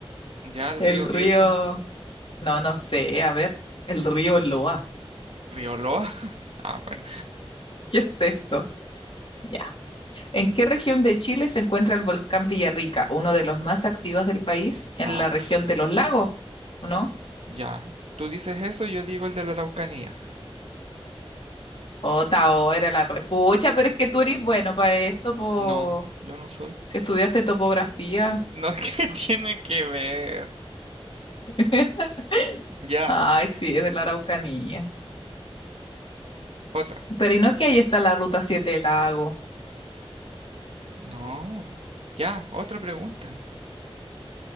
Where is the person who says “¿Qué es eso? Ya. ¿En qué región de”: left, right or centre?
Left